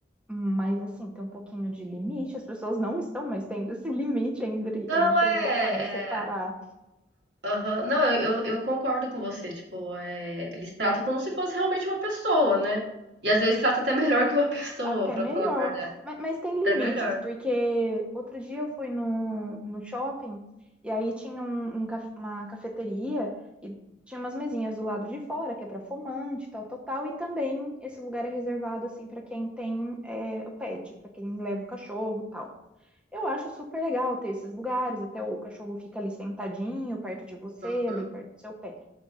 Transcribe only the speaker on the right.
Não,
é.
é... aham. Não, eu, eu, eu concordo com você. Tipo, é... eles tratam como se fosse realmente uma pessoa, né? E às vezes trata até melhor que uma <laughs> pessoa,
pra
falar a verdade.
Até melhor.
Uhum.